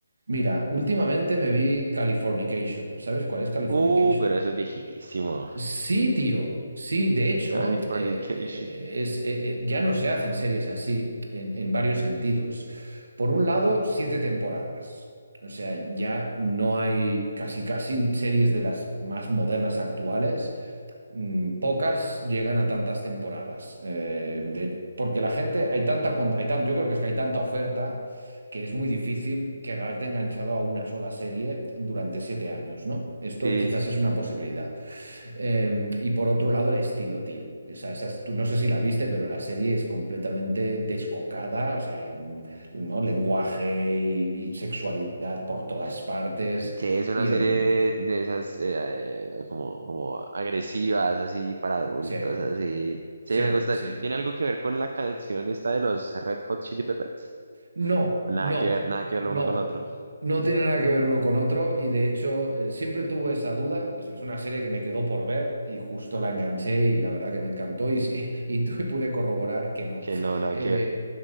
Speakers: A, on the right; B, on the right.
A: mira, últimamente me vi Californication. ¿Sabes cuál es Californication?
B: Uh, pero eso es viejísimo.
A: Sí, tío. Sí, de hecho,
B: Californication.
A: eh, eh, es, eh, eh, ya no se hacen series así en, en varios sentidos. Por un lado, siete temporadas. O sea, ya no hay casi casi series de las más modernas actuales mm, pocas llegan a tantas temporadas. eh, de- porque la gente, hay tanta, con- hay tan- yo creo que es que hay tanta oferta que es muy difícil quedarte enganchado a una sola serie durante siete años, ¿no? Esto
B: Sí,
A: quizás es una posibilidad. Eh, y por otro lado, el estilo, tío. Esa, esa es- tú no sé si la viste, pero la serie es completamente descocada, o sea, hay, mm, ¿no? Lenguaje y, y sexualidad por todas partes.
B: sí, es una
A: Y
B: serie
A: el...
B: de esas eh, como, como agresivas, así para adultos,
A: Sí,
B: así. Sí,
A: sí,
B: me gusta.
A: sí.
B: ¿Tiene algo que ver con la canción esta de los Red Hot Chili Peppers?
A: No,
B: Nada
A: no,
B: que ver, nada que ver
A: no.
B: lo uno con lo otro.
A: No tiene nada que ver uno con otro y de hecho eh, siempre tuve esa duda. Es es una serie que me quedó por ver y justo la enganché y la verdad que me encantó y, sí, <laughs> y tu- pude corroborar que no.
B: Que no, nada
A: Eh,
B: que ver.